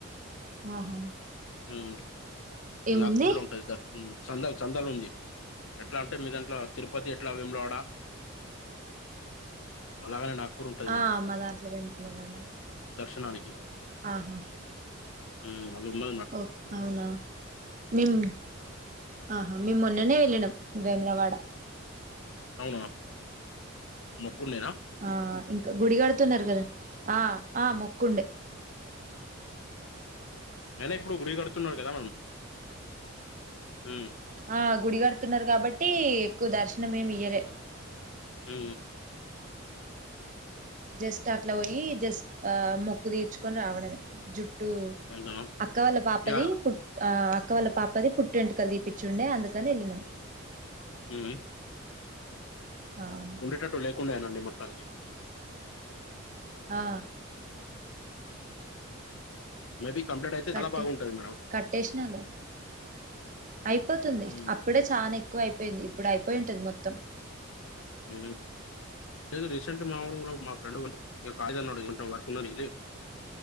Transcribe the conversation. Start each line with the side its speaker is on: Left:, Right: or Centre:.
Right: ఆహా
Left: <unintelligible> ఉ
Right: ఏముంది
Left: నాగ్పూర్ లో ఉంటుంది సార్ చందల్ చందలు ఉంది ఎట్లా అంటే మీ దంట్లో తిరుపతి ఎట్ల <unintelligible> అలాగనే నాగపూర్ ఉంటది
Right: ఆ
Left: మాకు
Right: మా దాంట్లో వేములవాడ
Left: దర్శనానికి
Right: ఆహా
Left: ఉమ్ అది ఉన్న
Right: ఓ అవునా <unintelligible> ఆహా మే మొన్ననే వెళ్ళినం వేములవాడ
Left: అవునా మొక్కున్నేనా
Right: ఆ ఇంక గుడి కడుతున్నారు కదా ఆ ఆ మొక్కుండే
Left: అయినా ఇప్పుడు గుడి కడుతున్నారు కదా ఉ
Right: ఆ గుడి కడుతున్నారు కాబట్టి ఎక్కువ దర్శనం ఏమి ఇయ్యలే
Left: ఉ
Right: జస్ట్ అట్ల పోయి జస్ట్ ఆ మొక్కు తీర్చుకొని రావడమే జు టు
Left: అంతేనా
Right: అక్క వాళ్ళ పాపది
Left: యా
Right: పు ఆ అక్క వాళ్ళ పాపది పుట్టు వెంటుకలు తీపించుండే అందుకని వెళ్ళినాం
Left: ఉ
Right: ఆ
Left: ఉండేటట్టు లేకుండానండి మొత్తాకి
Right: ఆ
Left: మేబి కంప్లీట్ అయితే
Right: కట్టే
Left: చాల బాగుంటది మేడం
Right: కట్టేసినాలే అయిపోతుంది
Left: ఉమ్
Right: అప్పుడే చాలా ఎక్కువ అయిపోయింది ఇప్పుడు అయిపోయింటది మొత్తం
Left: ఉ లేదు రీసెంట్ మా కూడా మా ఫ్రెండ్ కాగ్నిజెంట్ వర్కులి